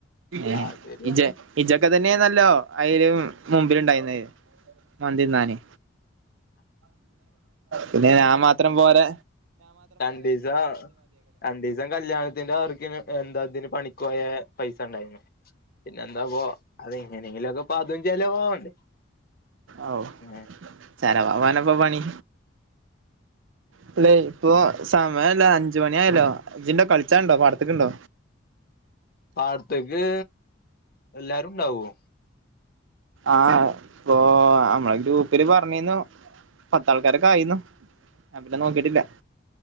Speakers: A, on the right; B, on the left.
A: ഏഹ്
B: അത് ശരിയാണ്
A: ഇജ് ഇജൊക്കെ തന്നെന്നല്ലോ അയിലും മുമ്പില് ഇണ്ടായിരുന്നത് മന്തിന്നാന് പിന്നെ ഞാൻ മാത്രം പോരെ
B: രണ്ടീസ രണ്ടീസം കല്യാണത്തിന്റെ വർ ക്കിന് എന്താ ഇതിന് പണിക്ക് പോയ പൈസ ഇണ്ടായിരുന്നു പിന്നെ എന്താപ്പോ അതെങ്ങനെങ്കിലൊക്കെപ്പതും ചെലവാവണ്ടേ
A: ഔ
B: ഏഹ്
A: ചെലവാവാനപ്പ പണി പ്പളേ ഇപ്പൊ സമയന്താ അഞ്ച് മണിയായല്ലോ. ഇജ്ണ്ടോ കൾച്ചാണ്ടോ പാടത്ത്ക്ക്ണ്ടോ
B: പാടത്ത്ക്ക് എല്ലാരുണ്ടാവ്വോ
A: ആഹ് ഇപ്പൊ അമ്മളെ ഗ്രൂപ്പില് പർഞ്ഞീന്നു. പത്താൾക്കാരൊക്കായീന്നു ഞാൻ പിന്നെ നോക്കിട്ടില്ല